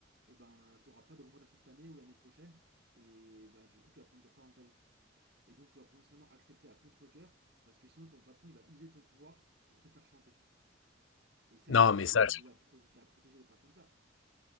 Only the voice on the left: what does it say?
Non,
mais
ça,
je-